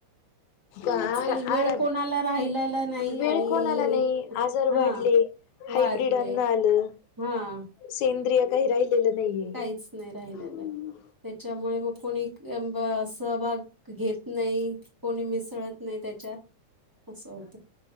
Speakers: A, on the left (about 80°); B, on the right (about 20°).
A: आहार
B: आजकाल
A: आहार
B: वेळ कोणाला राहिलेला नाही
A: वेळ
B: आणि
A: कोणाला नाय आजार
B: हा
A: वाढले. हायब्रीड
B: वाजले
A: अन्न आलं.
B: हा.
A: सेंद्रिय काही राहिलेलं नाहीये.
B: काहीच नाही राहिलेलं
A: हम्.
B: त्याच्यामुळे मग कोणी एंब सहभाग घेत नाही, कोणी मिसळत नाही त्या च्यात असं होत.